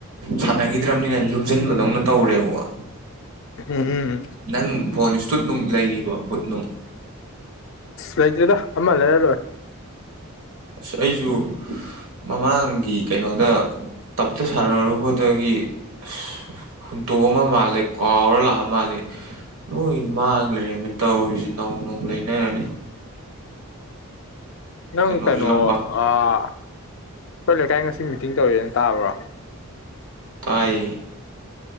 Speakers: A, on the right; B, on the left.
A: ꯁꯥꯟꯅꯈꯤꯗ꯭ꯔꯕꯅꯤꯅ ꯂꯨꯝꯁꯤꯟꯕꯗꯧꯅ ꯇꯧꯔꯦꯕꯀꯣ
B: ꯎꯝ
A: ꯅꯪ ꯕꯣꯜ ꯁꯇꯨꯠ ꯅꯨꯡ ꯂꯩꯈꯤꯕꯣ ꯕꯨꯠ ꯅꯨꯡ
B: ꯂꯩꯇ꯭ꯔꯤꯗ ꯑꯃ ꯂꯩꯔ ꯂꯣꯏꯔꯦ
A: ꯑꯁ ꯑꯩꯁꯨ ꯃꯃꯥꯡꯒꯤ ꯀꯩꯅꯣꯗ ꯇꯞꯇ ꯁꯥꯟꯅꯔꯨꯕꯗꯒꯤ ꯑꯁ ꯍꯨꯟꯇꯣꯛ ꯑꯃ ꯃꯥꯜꯂꯦ ꯀꯥꯎꯔ ꯂꯥꯛꯑ ꯃꯥꯜꯂꯦ ꯂꯣꯏ ꯃꯥꯡ ꯂꯩꯔꯝꯃꯤ ꯇꯧꯔꯤꯁꯦ ꯅꯧꯅ ꯑꯃꯨꯛ ꯂꯩꯅꯔꯅꯤ
B: ꯅꯪ
A: ꯀꯩꯅꯣꯁꯨ
B: ꯀꯩꯅꯣ
A: ꯂꯝꯄꯥꯛꯁꯨ
B: ꯑ ꯑꯈꯣꯏ ꯂꯩꯀꯥꯏ ꯉꯁꯤ ꯃꯤꯇꯤꯡ ꯇꯧꯋꯦꯅ ꯇꯥꯕ꯭ꯔꯣ
A: ꯇꯥꯏ